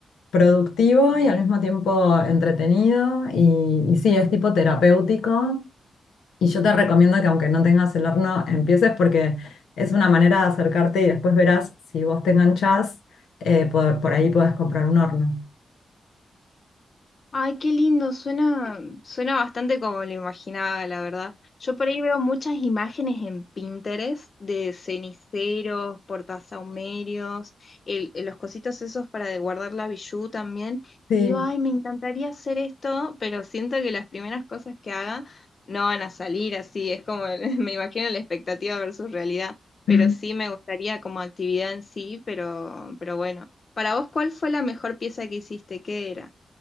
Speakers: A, on the left (about 80°); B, on the left (about 50°).
A: productivo y al mismo tiempo entretenido y, y sí, es tipo terapéutico y yo te recomiendo que aunque no tengas el horno, empieces porque es una manera de acercarte y después verás si vos te enganchás, eh, por, por ahí podés comprar un horno.
B: Ay, qué lindo, suena, suena bastante como lo imaginaba, la verdad. Yo por ahí veo muchas imágenes en Pinterest de ceniceros, portasahumerios, el, eh, los cositos esos para de guardar la bijú también.
A: Sí.
B: Y digo, ay, me encantaría hacer esto, pero siento que las primeras cosas que haga no van a salir así. Es como, <laughs> me imagino la expectativa versus realidad. Pero
A: <laughs>
B: sí me gustaría como actividad en sí, pero, pero bueno. Para vos, ¿cuál fue la mejor pieza que hiciste? ¿Qué era?